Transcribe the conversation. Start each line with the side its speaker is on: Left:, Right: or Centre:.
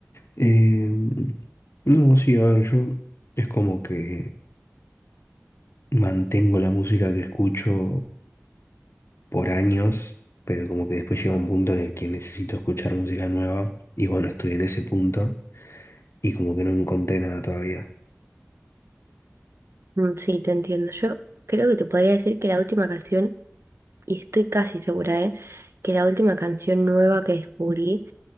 Left: Eh, no, sí, a ver, yo es como que... Mantengo la música que escucho por años, pero como que después llega un punto en el que necesito escuchar música nueva. Y bueno, estoy en ese punto y como que no encontré nada todavía.
Right: Mm, Sí, te entiendo. Yo creo que te podría decir que la última canción, y estoy casi segura, ¿eh? que la última canción nueva que descubrí